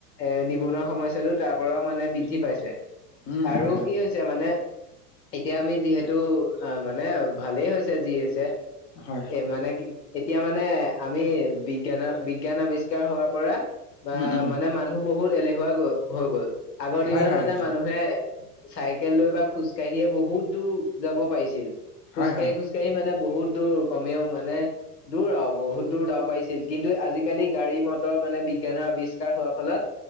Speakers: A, on the left (about 80°); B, on the left (about 30°).
A: এৰ নিবনুৱা সমস্যাটো তাৰ পৰাও মানে বৃদ্ধি পাইছে
B: উম
A: আৰু
B: হয় হয়
A: কি হৈছে মানে। এতিয়া আমি যিহেতু অ মানে ভালেই হৈছে যি হৈছে।
B: হয়
A: এ মানে কি এতিয়া মানে আমি বিজ্ঞানত বিজ্ঞান আৱিষ্কাৰ হোৱাৰ পৰা বা
B: উম উম
A: মানে মানুহ বহুত এলেহুৱা গৈ হৈ গ'ল আগৰ দিনত
B: হয় হয়
A: মানে
B: সেইটো
A: মানুহে।
B: হয়
A: চাইকেল লৈ বা খোজকাঢ়িয়ে বহুত দূৰ যাব পাৰিছিল খোজকাঢ়ি
B: হয় হয়
A: খোজকাঢ়ি, এই মানে বহুত দূৰ কমেও মানে দূৰ আৰু বহুত দূৰ যাব পাৰিছিল কিন্তু, আজিকালি গাড়ী মটৰ মানে বিজ্ঞানৰ আৱিষ্কাৰ হোৱাৰ ফলত